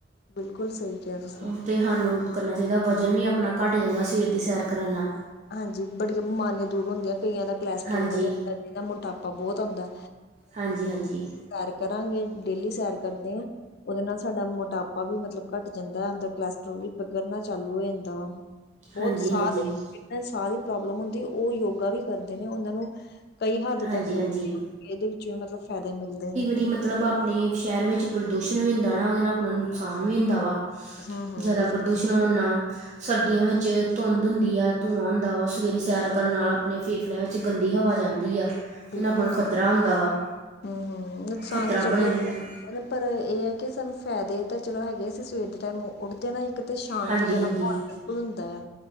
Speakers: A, on the left; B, on the right.
A: ਬਿਲਕੁਲ ਸਹੀ ਕਿਹਾ ਤੁਸੀਂ ਹਾਂ
B: ਉਹ ਤੇ ਸਾਨੂੰ ਕਰਨਾ ਚਾਹੀਦਾ ਵਜ਼ਨ ਵੀ ਆਪਣਾ ਘੱਟ ਜਾਂਦਾ ਸਵੇਰ ਦੀ ਸੈਰ ਕਰਨ ਨਾਲ
A: ਹਾਂਜੀ ਬੜੀਆਂ ਬਿਮਾਰੀਆਂ ਦੂਰ ਹੁੰਦੀਆਂ ਕਈਆਂ ਦਾ ਕੋਲੈਸਟਰ੍ਰੋਲ
B: ਹਾਂਜੀ
A: ਵਧਿਆ ਹੁੰਦਾ ਮੋਟਾਪਾ ਬਹੁਤ ਹੁੰਦਾ
B: ਹਾਂਜੀ ਹਾਂਜੀ
A: ਸੈਰ ਕਰਾਂਗੇ ਡੇਲੀ ਸੈਰ ਕਰਦੇ ਹ ਉਹਦੇ ਨਾਲ ਸਾਡਾ ਮੋਟਾਪਾ ਵੀ ਮਤਲਬ ਘੱਟ ਜਾਂਦਾ ਅੰਦਰ ਕੋਲੈਸਟਰੋਲ ਵੀ ਪੰਗਰਨਾ ਚਾਲੂ ਹੋ ਜਾਂਦਾ ਵਾ ਬਹੁਤ
B: ਹਾਂਜੀ
A: ਸਾਹ
B: ਹਾਂਜੀ
A: ਦੇ ਸਾਹ ਦੀ ਪ੍ਰੋਬਲਮ ਹੁੰਦੀ ਉਹ ਯੋਗਾ ਵੀ ਕਰਦੇ ਨੇ ਉਹਨਾਂ ਨੂੰ ਕਈ ਹੱਦ
B: ਹਾਂਜੀ
A: ਤੱਕ ਮਤਲਬ
B: ਹਾਂਜੀ
A: ਇਹਦੇ ਵਿੱਚ ਵੀ ਮਤਲਬ ਫ਼ਾਇਦੇ ਮਿਲਦੇ ਨੇ
B: ਦੀ ਮਤਲਬ ਆਪ ਆਪਣੇ ਸ਼ਹਿਰ ਵਿੱਚ ਪ੍ਰਦੂਸ਼ਣ ਵੀ ਹੁੰਦਾ ਨਾ ਉਹਦੇ ਨਾਲ ਆਪਣਾ ਨੁਕਸਾਨ ਵੀ ਹੁੰਦਾ ਵਾ
A: ਹੂੰ ਹੂੰ
B: ਜਾਦਾ
A: ਬਿਲਕੁਲ
B: ਪ੍ਰਦੂਸ਼ਣ ਹੋਨਾ ਸਰਦੀਆਂ ਵਿੱਚ ਧੁੰਦ ਹੁੰਦੀ ਆ ਧੂੰਆਂ ਹੁੰਦਾ ਵਾ ਉਹ ਸਵੇਰੇ ਸੈਰ ਕਰਨ ਨਾਲ ਆਪਣੇ ਫੇਫੜਿਆਂ ਵਿੱਚ 'ਚ ਗੰਦੀ ਹਵਾ ਜਾਂਦੀ ਆ ਅਤੇ
A: ਬਿਲਕੁਲ
B: ਨਾਲ ਆਪਾਂ ਨੂੰ ਖਤਰਾ ਹੁੰਦਾ ਵਾ
A: ਹੂੰ ਹੂੰ ਨੁਕਸਾਨ
B: ਖਤਰਾ
A: ਤਾਂ ਚੱਲੋ
B: ਬਣਿਆ ਰਹਿੰਦਾ
A: ਪਰ ਇਹ ਹੈ ਕਿ ਸਾਨੂੰ ਫ਼ਾਇਦੇ ਤਾਂ ਚਲੋ ਹੈਗੇ ਅਸੀਂ ਸਵੇਰ ਦੇ ਟਾਈਮ ਉੱਠਦੇ ਨਾ ਇੱਕ ਕਿਤੇ ਸ਼ਾਂਤੀ
B: ਹਾਂਜੀ
A: ਵਾਲਾ
B: ਹਾਂਜੀ
A: ਮਾਹੌਲ ਬਿਲਕੁਲ ਹੁੰਦਾ ਆ